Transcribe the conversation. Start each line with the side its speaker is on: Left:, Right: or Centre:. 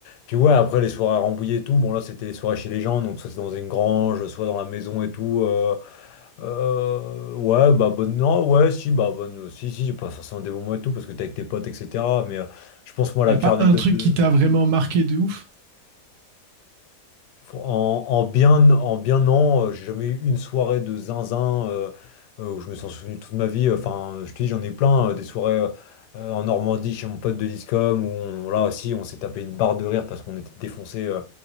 Left: puis ouais, après les soirées à Rambouillet et tout, bon là c'était les soirées chez les gens, donc soit c'est dans une grange, soit dans la maison et tout. euh, euh, ouais, bah bonne, non, ouais, si, bah bonne, si, si, pas forcément des bons moments et tout parce que t'es avec tes potes, etc. Mais euh, je pense moi la
Right: n'y a
Left: pire
Right: pas
Left: anecdote
Right: un truc
Left: de...
Right: qui t'a vraiment marqué de ouf?
Left: En, en bien, en bien non, euh, j'ai jamais eu une soirée de zinzin euh, euh, où je me suis souvenu toute ma vie. Enfin, je te dis, j'en ai plein, euh, des soirées euh, euh, en Normandie chez mon pote de l'ISCOM où on- là aussi on s'est tapé une barre de rire parce qu'on était défoncé, euh,